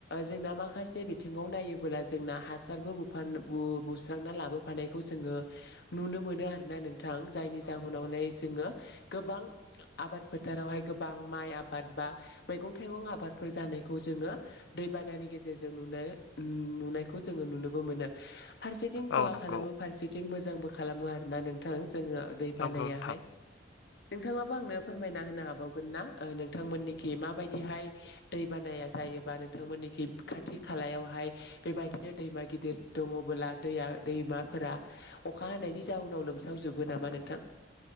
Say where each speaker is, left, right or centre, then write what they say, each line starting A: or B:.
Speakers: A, on the left; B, on the left.
A: जोंना माखासे बिथिङाव नायोबोला जों हासारबो बु-बुस्रांना लाबोफानायखौ जोङो नुनो मोनो आरोना नोंथां जायनि जाउनावनो
B: औ नंगौ
A: जोङो गोबां आबाद फोथारावहाय गोबां माइ आबाद बा मै मैगं थाइगं आबादफोर जानायखौ जोङो दैबानानि गेजेरजों नुनाय नुनायखौ जोङो नु मोन फारसेथिं खहा
B: औ नंगौ
A: खालाम फारसेथिं मोजांबो खालामो आरोना नोंथां ज बानायाहाय
B: नंगौ नोंथां
A: नोंथाङाबो आंनो फोरमायना होनो हाबावगोन ना नोंथांमोननिखि माबायदिहाय दै बानाया जायो जायोबा नोंथांमोननिखि खाथि खालायावहाय बेबायदिनो दैमा गिदिर दङला दैया दैमाफोरा अखा हानायनि जाउनाव लोमसावजोबो नामा नोंथां